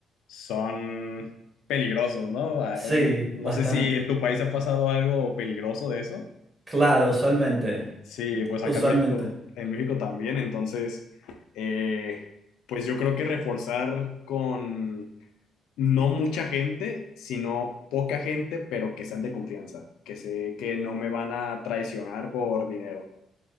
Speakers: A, on the left; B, on the right.
A: son peligrosos, ¿no? Ah,
B: Sí,
A: em, No
B: bastante.
A: sé si en tu país ha pasado algo peligroso de eso.
B: Claro, usualmente,
A: Sí, pues acá
B: usualmente.
A: en México, en México también, entonces, eh, pues yo creo que reforzar con no mucha gente, sino poca gente, pero que sean de confianza, que sé que no me van a traicionar por dinero.